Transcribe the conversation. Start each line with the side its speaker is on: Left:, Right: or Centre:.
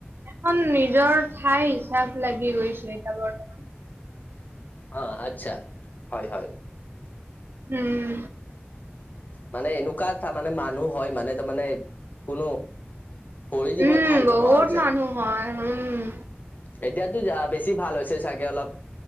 Right: এখন নিজৰ ঠাই হিচাপ লাগি গৈছে, এতিয়া বৰ্তমান।
Left: অ' আচ্ছা, হয় হয়।
Right: হুম।
Left: মানে এনেকুৱা এটা মানে মানুহ হয়, মানে তাৰমানে কোনো ভৰি দিব
Right: উম
Left: ঠাই নোহোৱা
Right: বহুত
Left: হৈ যায়।
Right: মানুহ হয় উম
Left: এতিয়া বেছি ভাল হৈছে চাগে অলপ,